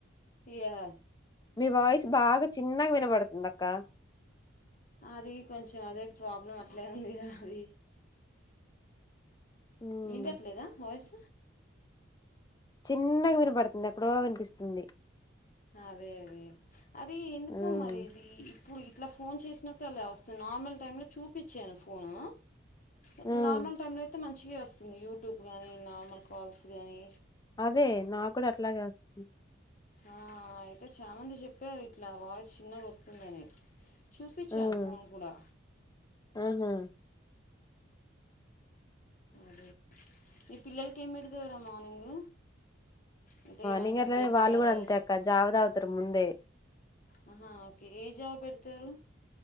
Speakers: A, on the left; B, on the left.
A: ఇయ్యా
B: మీ వాయిస్ బాగా చిన్నగా వినబడుతుంది అక్క
A: అది కొంచెం అదే ప్రాబ్లం అట్లే ఉంది అది
B: ఉమ్
A: వినిపియ్యట్లేదా వాయిస్
B: చిన్నగా వినపడుతుంది ఎక్కడో వినిపిస్తుంది
A: అదే అదే అది ఎందుకో
B: ఉమ్
A: మరి ఇది ఇప్పుడు ఇట్లా ఫోన్ చేసినప్పుడు అలా వస్తుంది నార్మల్ టైమ్ లో చూపించాను ఫోను ఇట్లా
B: ఉమ్
A: నార్మల్ టైమ్ లో అయితే మంచిగ వస్తుంది యూ యూట్యూబ్ కానీ నార్మల్ కాల్స్ కానీ
B: అదే నా కూడా అట్లాగే వస్తుంది
A: ఆ అయితే చాలామంది చెప్పారు ఇట్లా వాయిస్ చిన్నగా వస్తుందని చూపించాను
B: ఉమ్
A: ఫోన్ కూడా
B: ఆహా
A: అదే మీ పిల్లలకి ఏం పెడతవరా మార్నింగ్ అంటే ఏమైనా
B: నింగ
A: మిల్లెట్
B: ఎట్లానే వాళ్ళు
A: కానీ
B: కూడా అంతే అక్క జావద అవుతారు ముందే
A: ఆహా ఓకే ఏ జాబు పెడతారు